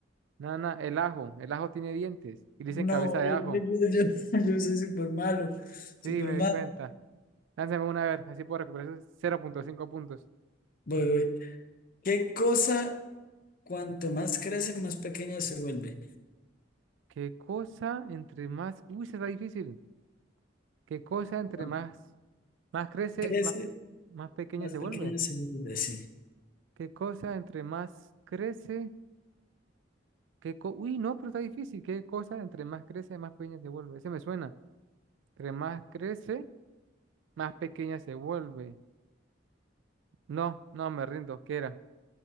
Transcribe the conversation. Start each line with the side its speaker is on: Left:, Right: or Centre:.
Right: Nada, nada. El ajo. El ajo tiene dientes. Y le
Left: No,
Right: dicen cabeza
Left: bro,
Right: de ajo.
Left: yo, yo, yo- <laughs> yo soy súper malo, súper
Right: Sí, me
Left: malo.
Right: di cuenta. Lánzame una a ver. Así puedo recuperar esos cero punto cinco puntos.
Left: Voy, voy. ¿Qué cosa, cuanto más crece, más pequeña se vuelve?
Right: ¿Qué cosa entre más... Uy, se está difícil. ¿Qué cosa entre
Left: Cuando
Right: más... Más crece,
Left: crece,
Right: más, pe- más pequeña
Left: más
Right: se
Left: pequeña
Right: vuelve?
Left: se vuelve, sí.
Right: ¿Qué cosa entre más crece? ¿Qué co... Uy, no, pero está difícil. ¿Qué cosa entre más crece, más pequeña se vuelve? Ese me suena. Entre más crece... más pequeña se vuelve. No, no, me rindo, ¿qué era?